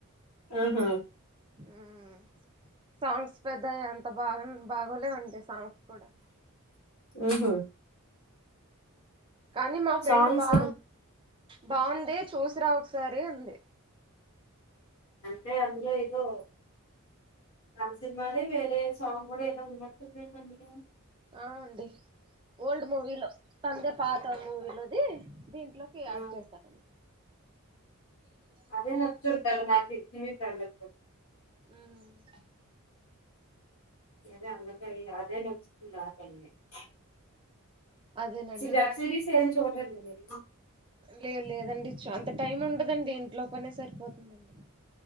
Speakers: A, on the left; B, on the right.
A: ఆహా
B: ఉమ్ సాంగ్స్ పెద్దగ అంత బాగ బాగోలేవండి సాంగ్స్ కూడా
A: ఉమ్ హ్
B: కానీ మా ఫ్రెండ్
A: సాంగ్స్
B: బా బావుంది చూస్ సిరా ఒకసారి అంది
A: టే అందులో ఏదో ఆ సినిమాదే వేరే సాంగ్ గూడ ఏదో ఉన్నట్టుందందుకే
B: ఆ అండి ఓల్డ్ మూవీలో తందే పాత మూవీలోదీ దిన్ ట్లోకి యాడ్
A: ఆ
B: జేస్తారండి
A: అదే నచ్చుంటారు <unintelligible> గద
B: ఉమ్
A: అదే అన్నంక ఇగ అదే నచ్చుతుంది <unintelligible>
B: అదేనండి
A: చి వెబ్ సిరీస్ ఏం చూడరండి మీరూ
B: లేదు లేదండి చు అంత టైం ఉండదండి, ఇంట్లోపనే సరిపోతుందండి.